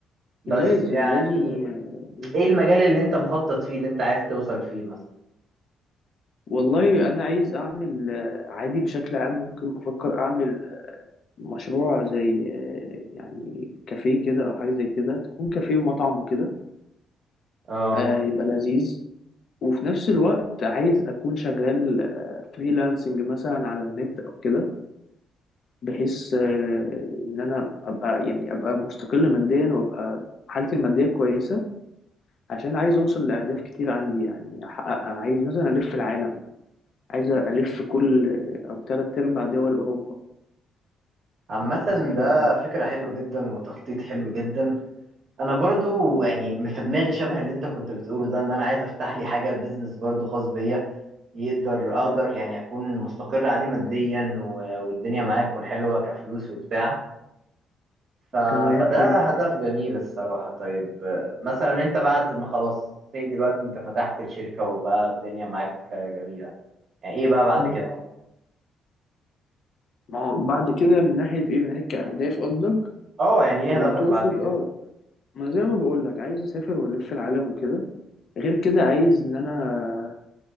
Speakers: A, on the right; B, on the left.
A: بس
B: لازم
A: يعني
B: لازم آه،
A: ايه المجال اللي انت مخطط فيه اللي انت عايز توصل فيه مثلا
B: والله انا عايز اعمل آه، عادي بشكل عام ممكن بفكر اعمل مشروع زي آه، يعني كافيه كده او حاجة زي كده تكون كافيه ومطعم وكده
A: اه
B: آه، يبقى لذيذ وفي نفس الوقت عايز اكون شغال فريلانسنج مثلا على النت او كده بحيث آه، ان انا ابقى يعني ابقى مستقل ماديا وابقى حالتي المادية كويسة عشان عايز اوصل لاهداف كتير عندي يعني احققها عايز مثلا الف العالم عايز الف كل او تلات ارباع دول اوروبا
A: عامة
B: اسافرها
A: ده فكرة حلوة جدا وتخطيط حلو جدا انا برضو يعني في دماغي شبه اللي انت كنت بتقوله ده ان انا عايز افتح لي حاجة بيزنس برضو خاص بيا يقدر اقدر
B: مم.
A: يعني اكون مستقر عليه ماديا و- والدنيا معايا تكون حلوة كفلوس وبتاع ف...
B: تمام
A: فده
B: حلو
A: هدف جميل الصراحة طيب آه، مثلا انت بعد ما خلاص زي دلوقتي انت فتحت الشركة وبقى الدنيا معاك آه، جميلة يعني ايه بقى بعد
B: مم.
A: كده
B: ما هو بعد كده من ناحيه ايه من ناحيه كاهداف قصدك
A: اه يعني ايه
B: لو
A: هدفك
B: تقصد
A: بعد كده
B: اه ما زي ما بقول لك عايز اسافر والف العالم وكده غير كده عايز ان انا